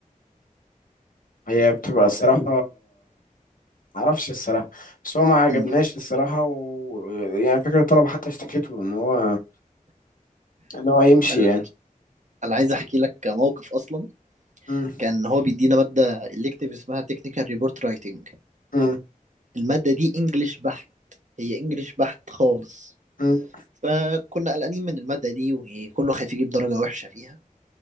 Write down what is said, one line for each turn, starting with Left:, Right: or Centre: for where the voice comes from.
Left: هي بتبقى الصراحة معرفش الصراحة بس هو ما عجبناش
Right: مم.
Left: الصراحة و... يعني فكرة الطلبة حتى اشتكته ان هو ان هو يمشي
Right: انا
Left: يعني
Right: انا عايز احكي لك موقف اصلا
Left: م-
Right: كان هو بيدينا ماده الكتيف اسمها تكنيكال ريبورت رايتنج
Left: م-
Right: الماده دي انجلش بحت هي انجلش بحت خالص
Left: م-
Right: فكنا قلقانين من الماده دي وكله خايف يجيب درجه وحشه فيها